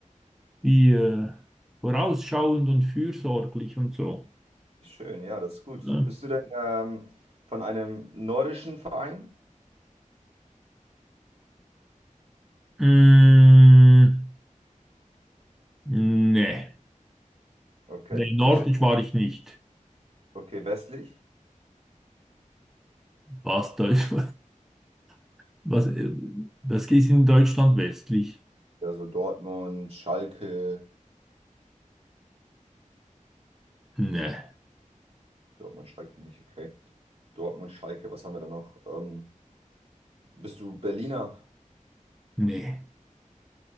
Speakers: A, in the centre; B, on the right (about 50°).
A: wie äh, vorausschauend und fürsorglich und so.
B: Schön, ja, das ist gut.
A: Ne?
B: Bist du denn ähm, von einem nordischen Verein?
A: Hm, nee,
B: Okay,
A: nee, nordisch
B: bist du,
A: war ich nicht.
B: okay, westlich?
A: Was, Deutsch, <laughs> was, äh, was ist in Deutschland westlich?
B: Ja, so Dortmund, Schalke.
A: Nee,
B: Dortmund, Schalke nicht, okay. Dortmund, Schalke, was haben wir da noch? Ähm, bist du Berliner?
A: nee.